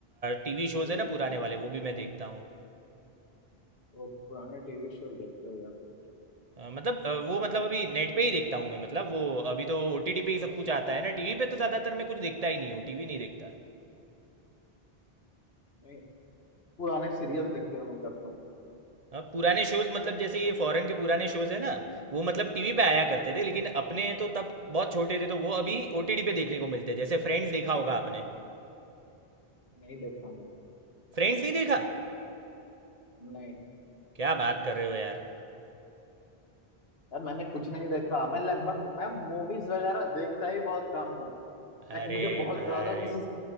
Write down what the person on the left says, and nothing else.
तो,
तो पुराने टीवी शो देखते हो यार तुम तो
नहीं पुराने सीरियल्स देखते हो मतलब तुम
नहीं देखा मैंने
नहीं
यार मैंने कुछ नहीं देखा मैं लगभग मैं मूवीज वगैरह देखता ही बहुत कम हूँ लाइक
मुझे बहुत
ज्यादा किसी